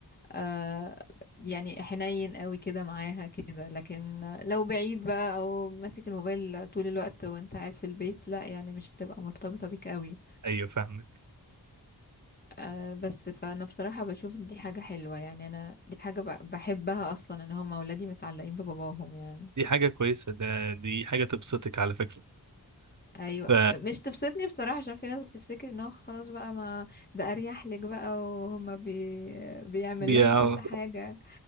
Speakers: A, on the left; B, on the right.
A: آه يعني حنين قوي كده معاها كده لكن لو بعيد بقى او ماسك الموبايل طول الوقت وانت قاعد في البيت لا يعني مش هتبقى مرتبطة بيك قوي
B: ايوه فاهمك
A: آه بس فانا بصراحة بشوف دي حاجة حلوة يعني انا دي حاجة ب- بحبها اصلا ان هم اولادي متعلقين بباباهم يعني
B: دي حاجة كويسة ده دي حاجة تبسطك على فكرة
A: ايوه
B: ف
A: مش تبسطني بصراحه عشان في ناس بتفتكر ان هو خلاص بقى ما ده اريح لك بقى وهم بي... بيعمل
B: بي-
A: لهم
B: اه
A: كل حاجه